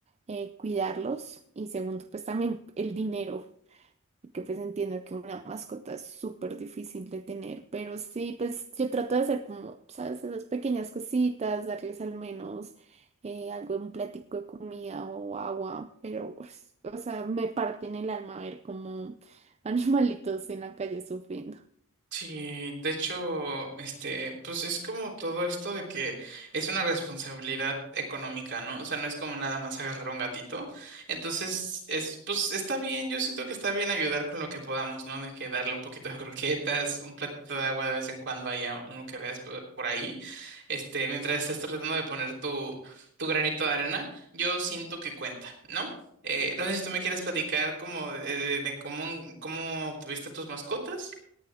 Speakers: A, on the right; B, on the right.
A: eh, cuidarlos y segundo pues también el dinero que pues entiendo que una mascota es súper difícil de tener, pero sí, pues yo trato de hacer como, ¿sabes? Esas pequeñas cositas, darles al menos eh, algo, un platico de comida o agua, pero pues, o sea, me parte en el alma ver como <laughs> animalitos en la calle sufriendo.
B: Sí, de hecho, este, pues es como todo esto de que es una responsabilidad económica, ¿no? O sea, no es como nada más agarrar un gatito. Entonces, es, pues está bien, yo siento que está bien ayudar con lo que podamos, ¿no? De que darle un poquito de croquetas, un platito de agua de vez en cuando haya uno que veas por, por ahí. Este, mientras estés tratando de poner tu, tu granito de arena, yo siento que cuenta, ¿no? Eh, no sé si tú me quieres platicar como de, de- de cómo, cómo tuviste tus mascotas.